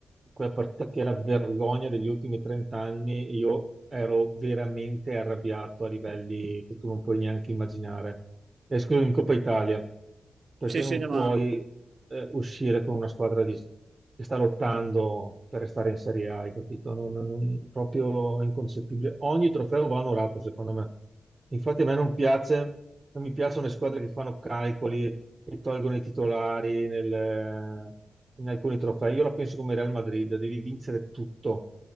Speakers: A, on the right; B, on the right.
A: quella partita che è la vergogna degli ultimi 30 anni, io ero veramente arrabbiato a livelli che tu non puoi neanche immaginare. E scusami, in Coppa Italia perché
B: Sì, sì,
A: non
B: domanda.
A: puoi eh, uscire con una squadra di- che sta lottando per restare in Serie A, hai capito? Non, non- non- proprio inconcepibile. Ogni trofeo va onorato, secondo me. Infatti a me non piace, non mi piacciono le squadre che fanno calcoli e tolgono i titolari nel- in alcuni trofei. Io la penso come Real Madrid, devi vincere tutto.